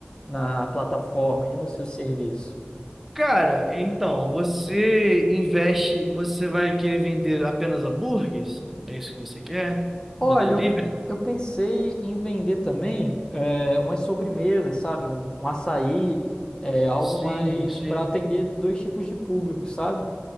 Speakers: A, on the left (about 20°); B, in the centre.
A: na plataforma e no seu serviço?
B: Cara, então, você investe, você vai querer vender apenas hambúrgueres? É isso que você quer?
A: Olha,
B: No delivery?
A: eu, eu pensei em vender também é, umas sobremesas, sabe? Um, um açaí, é, algo
B: Sim,
A: mais
B: sim.
A: para atender dois tipos de público, sabe?